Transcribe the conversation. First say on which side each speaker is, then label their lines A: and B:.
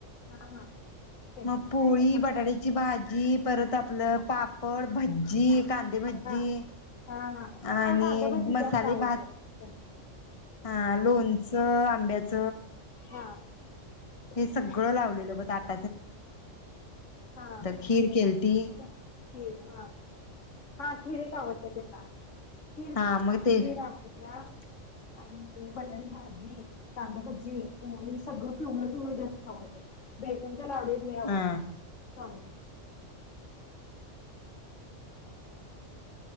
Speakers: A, on the left; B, on the left.
A: हा हा. त्यांची
B: मग पोळी
A: काय हा
B: बटाट्याची भाजी परत आपलं पाप पड भज्जी
A: हा हा
B: कांदे भजी
A: हा हा हा
B: आणि
A: हा कांदा भजी
B: मसाले
A: जास्त आवडतात.
B: भात हा लोणचं आंब्याच.
A: हा तेच
B: हे सगळं
A: की.
B: लावलेलं बध आत.
A: हा
B: खीर केलती
A: खीर हा हा खीर च आवडतं त्याला खीर
B: हा मग ते
A: खीर आवडत्या आणि बटाट भाजी कांदाभजी पोळी सगळं पिवळ पिवळ जास्त आवडतं बघ. त्याला अळंबी लय आवडत्यात
B: हा
A: हां स्वामींना. <unintelligible> <unintelligible>